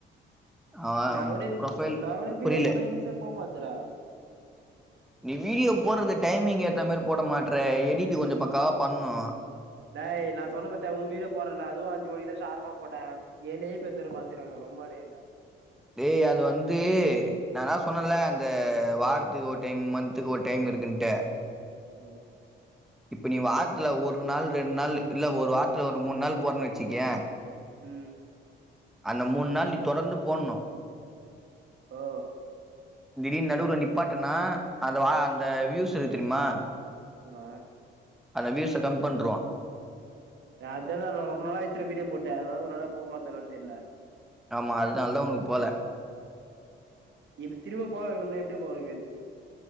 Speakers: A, in the centre; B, on the right.
A: அவன்
B: நான் கூட
A: ப்ரொஃபைல்
B: ந கூட வீடிய
A: புரியல
B: போட்ட விீச போக மாதுறேன்
A: நீ வீடியோ போடுறது டைமிங் ஏத்த மாதிரி போட மாட்டற எடிட்டு கொஞ்சம் பக்காவா பண்ணும்
B: ட் நான் சொன்ன பாரத்தன் உன் வீடே போறல அவும் அஞ்சுணிதான் ஷார்பா போட்டன் ஏலையேத்த பாத்துக்கா ரமடடா
A: ய் அது வந்து நான்ான் சொன்னல அந்த வாரத்துக்கு ஒரு டைம் மந்த்துக்கு ஒரு டைம் இருக்குட்ட
B: உஹம்
A: இப்ப நீ வாரத்துல ஒரு நாள் ரெண்டு நாள் இல்ல ஒரு வாரத்துல ஒரு மூணு நாள் போறன்னு வச்சுக்கேன்
B: உம்
A: அந்த மூணு நாள் நீ தொடர்ந்து போடணும்
B: ஹ
A: திடீர்னு நடு ர நிப்பாட்டனா அந்த அந்த வியூஸ் இரு தெரியுமா
B: ஆமா
A: வீர் ச கம் பண்றவான்
B: அத நான் ரொம்ப நாளள் ஆயச்சுேன் வீடியோ போட்டன் அதனால ஒரு நாாள போக மாட்டேேன்னனு தெரியல
A: ஆமா அதனால தான் உனக்கு போல
B: இப்ப திரும்ப போகக்கணும்னா எப்படி போகக்கிறது